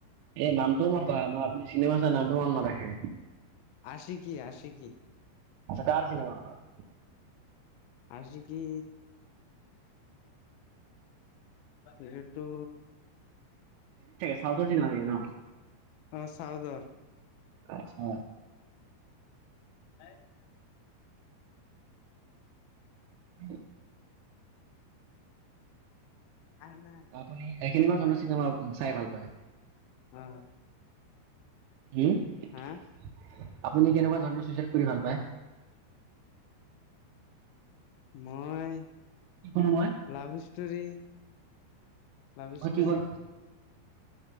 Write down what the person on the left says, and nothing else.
আছে কি আছে কি
আছে কি এইটো
অ চাওদৰ।
এ নাই।
আহ নাই
অ।
হা
মই
লাভ সষ্টৰি। লাভ
ষ্টৰি।